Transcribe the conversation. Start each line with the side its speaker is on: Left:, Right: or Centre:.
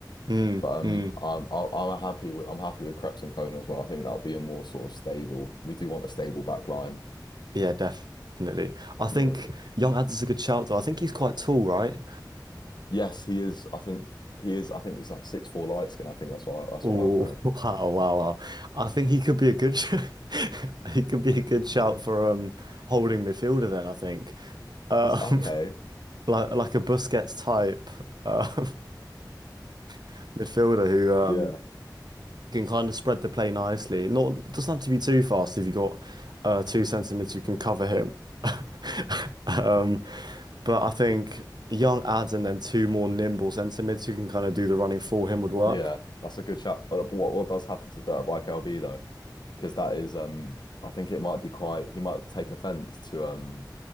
Right: Mm,
Left: But um
Right: mm.
Left: I'm I'll- I'm happy with I'm happy with Krebs and Conan as well. I think that'll be a more sort of stable. We do want a stable back line.
Right: Yeah, definitely. I think
Left: Yeah.
Right: Young Ad's is a good shout though. I think he's quite tall, right?
Left: Yes, he is. I think he is. I think he's like six four light skin. I think that's what I, that's
Right: Oh,
Left: what I've heard.
Right: <laughs> wow, wow, wow. I think he could be a good sh <laughs> he could be a good shout for um holding midfielder then, I think. Um
Left: It's okay.
Right: <laughs> like like a Busquets type um <laughs> midfielder who um
Left: Yeah.
Right: can kind of spread the play nicely. Not it doesn't have to be too fast if you got uh, two centimeters you can cover him. <laughs> Um, but I think young ads and then two more nimble centimeters who can kind of do the running for him would work.
Left: Yeah, that's a good shout. But what what does happen to Dirtbike LB though? because that is um I think it might be quite he might take offense to um